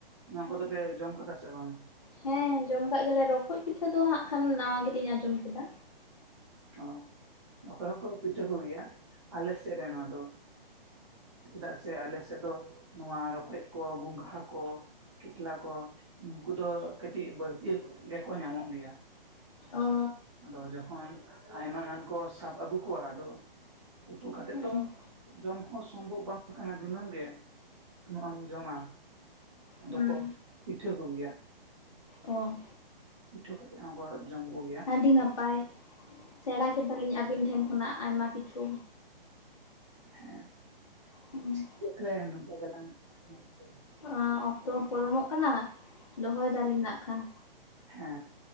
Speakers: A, on the right (about 30°); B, on the left (about 35°).
A: ᱱᱚᱣᱟ
B: ᱦᱮᱸ
A: ᱠᱚᱫᱚ ᱯᱮ ᱡᱚᱢ ᱠᱟᱫᱟ ᱥᱮ ᱵᱟᱝ?
B: ᱦᱮᱸ ᱡᱚᱢ ᱠᱟᱜ ᱜᱮᱭᱟ ᱞᱮ ᱨᱚᱠᱚᱡ ᱯᱤᱴᱷᱟᱹ ᱫᱚ ᱦᱟᱸᱜ ᱠᱷᱟᱱ ᱱᱟᱣᱟ ᱜᱮ ᱞᱤᱧ ᱟᱸᱡᱚᱢ ᱠᱮᱫᱟ᱾
A: ᱚ ᱨᱚᱠᱚᱡ ᱦᱚᱸᱠᱚ ᱯᱤᱴᱷᱟᱹ ᱠᱚ ᱜᱮᱭᱟ ᱟᱞᱮ ᱥᱮᱫ ᱨᱮ ᱱᱚᱣᱟ ᱫᱚ᱾ ᱪᱮᱫᱟᱜ ᱥᱮ ᱟᱞᱮ ᱥᱮᱫ ᱫᱚ ᱱᱚᱣᱟ ᱨᱚᱠᱚᱡ ᱠᱚ ᱜᱚᱸᱝᱜᱷᱟ ᱠᱚ᱾ ᱠᱤᱛᱞᱟ ᱠᱚ ᱱᱩᱠᱩ ᱫᱚ ᱠᱟᱹᱴᱤᱡ ᱵᱟᱹᱲᱛᱤ ᱜᱮᱠᱚ ᱧᱟᱢᱚᱜ ᱜᱮᱭᱟ᱾
B: ᱚ
A: ᱟᱫᱚ ᱡᱚᱠᱷᱚᱱ ᱟᱭᱢᱟ ᱜᱟᱱ ᱠᱚ ᱥᱟᱵ ᱟᱹᱜᱩ ᱠᱚᱣᱟ ᱟᱫᱚ ᱩᱛᱩ ᱠᱟᱛᱮᱫ
B: ᱦᱩᱸ
A: ᱛᱚ ᱡᱚᱢ ᱦᱚᱸ ᱥᱚᱢᱵᱷᱚᱵ ᱵᱟᱝ ᱠᱟᱱᱟ ᱫᱤᱱᱟᱹᱢ ᱜᱮ ᱛᱤᱱᱟᱹᱜ ᱮᱢ ᱡᱚᱢᱟ?
B: ᱦᱩᱸ
A: ᱫᱚᱠᱚ ᱯᱤᱴᱷᱟᱹ ᱠᱚ ᱜᱮᱭᱟ᱾
B: ᱚ
A: ᱯᱤᱴᱷᱟᱹ ᱠᱟᱛᱮᱜ ᱟᱵᱟᱨ ᱡᱚᱢ ᱠᱚ ᱜᱮᱭᱟ᱾
B: ᱟᱹᱰᱤ ᱱᱟᱯᱟᱭ ᱥᱮᱲᱟ ᱠᱮᱫᱟ ᱞᱤᱧ ᱟᱹᱵᱤᱱ ᱴᱷᱮᱱ ᱠᱷᱚᱱᱟᱜ ᱟᱭᱢᱟ ᱠᱤᱪᱷᱩ᱾
A: ᱦᱮᱸ ᱱᱤᱛᱳᱜ
B: ᱦᱩᱸ
A: ᱛᱷᱟᱞᱮ ᱱᱚᱝᱠᱟ ᱜᱮᱞᱟᱝ ᱜᱚᱞᱯᱷᱚᱭᱟ᱾
B: ᱚᱸᱻ ᱚᱠᱛᱚ ᱯᱚᱞᱚᱢᱚᱜ ᱠᱟᱱᱟ ᱫᱚᱦᱚᱭ ᱫᱟᱹᱞᱤᱧ ᱱᱟᱜ ᱠᱷᱟᱱ᱾
A: ᱦᱮᱸ᱾